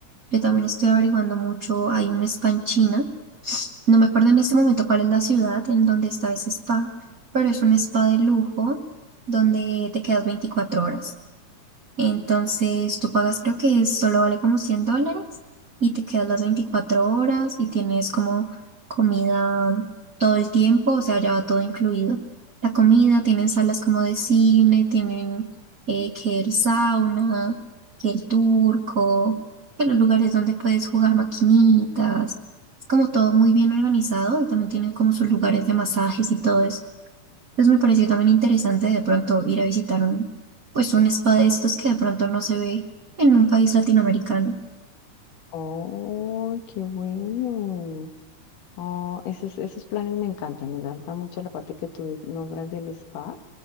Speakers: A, on the right; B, on the left.
A: yo también estoy averiguando mucho, hay un spa en China pues, No me acuerdo en este momento cuál es la ciudad en donde está ese spa, pero es un spa de lujo donde te quedas 24 horas. Entonces tú pagas, creo que es- solo vale como 100 dólares y te quedas las 24 horas y tienes como comida todo el tiempo, o sea, ya va todo incluido. La comida, tienen salas como de cine, tienen eh, que el sauna, que el turco, que los lugares donde puedes jugar maquinitas. Es como todo muy bien organizado y también tienen como sus lugares de masajes y todo eso. Pues me pareció también interesante de pronto ir a visitar un, pues un spa de estos que de pronto no se ve en un país latinoamericano.
B: Oh, qué bueno. Oh, esos, esos planes me encantan. Me encanta mucho la parte que tú nombras del spa,